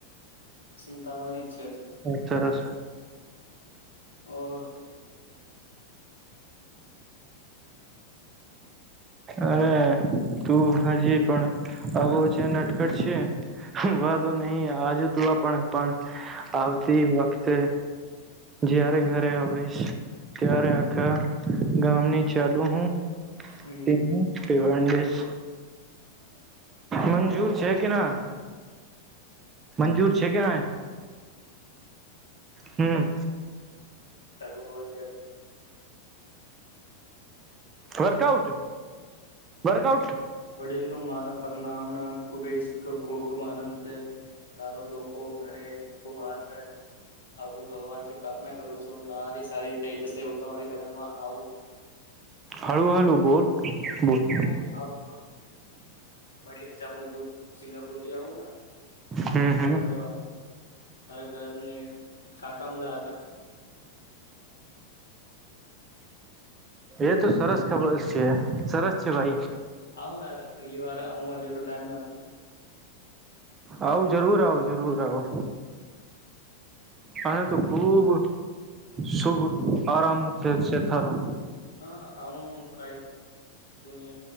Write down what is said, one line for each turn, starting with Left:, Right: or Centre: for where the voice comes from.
Left: સંતાવાની છે.
Right: એટરસ.
Left: ઓર
Right: અરે તું હજી પણ આવો છે નટખટ છે વાંધો નહી આજે તું આપણે પણ આવતી વખતે જારે ઘરે આવીશ ત્યારે આખા ગામની ચાલુ હું
Left: હમ
Right: તે હું. ફિડવાડિસ મંજૂર છે કે ના. મંજૂર છે કે ના. હમ
Left: કહું વોત કરીએ.
Right: Workout workout.
Left: વડીલનું મારા પરનામણા કુબેજ ખૂ ખૂબ આનંદ તે તારો લોકો ઘરે ખૂબ બહાર રહે. હ હું ભગવાન થી પ્રાર્થના કરું છું તમારી સદી થઈ જશે હું તમારી લગનમાં આવુ.
Right: હાળુ હાળુ બોલ બોટ
Left: હું આવું મળીને જવું હજું સિંગાપુર થી આવું ને તો
Right: હમ
Left: તમને
Right: હમ
Left: મળવા તારા ઘરને શાકા મળ્યા હતા.
Right: એ તો સરસ ખબર છે સરસ છે ભાઈ.
Left: આવું યાર હગલી વાર આવું હજુ તો ટાઈમ ન હતો.
Right: આવ જરૂર આવો જરૂર આવો. અનેને તો ખુબ શુભ આરામ છે છેથારું.
Left: હા આવું કઈ. ન